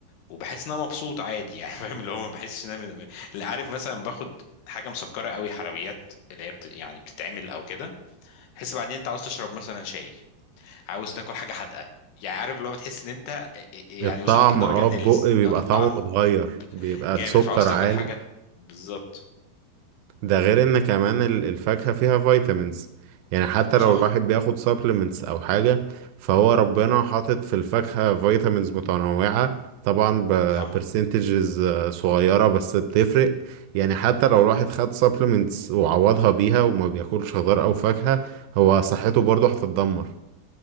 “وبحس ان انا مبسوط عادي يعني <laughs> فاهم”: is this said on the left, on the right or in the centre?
Left